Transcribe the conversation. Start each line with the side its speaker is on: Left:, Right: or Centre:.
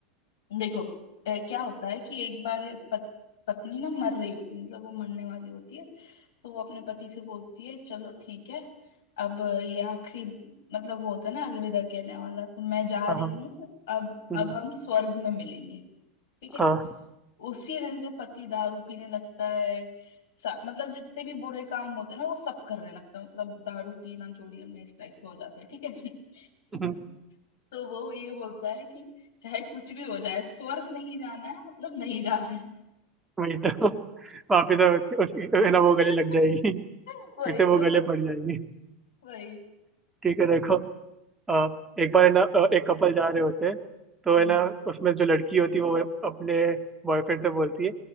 Left: देखो अ, क्या होता है कि एक बार पत, पत्नी ना मर रही होती मतलब वो मरने वाली होती है तो वो अपने पति से बोलती है चलो ठीक है अब ये आखिरी मतलब वो होता है ना अलविदा कहने वाला तो मैं जा
Right: हाँ
Left: रही
Right: हाँ
Left: हूँ अब
Right: हम्म,
Left: अब हम स्वर्ग में मिलेंगे ठीक है
Right: हाँ,
Left: उसी दिन से पति दारू पीने लगता है सा- मतलब जितने भी बुरे काम होते हैं ना वो सब करने लगता है मतलब दारू पीना चोरी करना इस टाइप का हो जाता है ठीक है <laughs>
Right: हम्म,
Left: तो वो ये बोलता है कि चाहे कुछ भी हो जाए स्वर्ग नहीं जाना है मतलब नहीं जाना है
Right: वही तो <laughs> वापिस अब उसकी उसकी-
Left: <laughs>
Right: है ना वो गले लग जाएगी
Left: वही
Right: फिर से वो
Left: तो
Right: गले पड़ जाएगी
Left: वही
Right: ठीक है देखो अ, एक बार है ना अ, एक कपल जा रहे होते हैं तो
Left: हम्म
Right: है ना
Left: हम्म
Right: उसमें जो लड़की होती है वो अपने बॉयफ्रेंड से बोलती है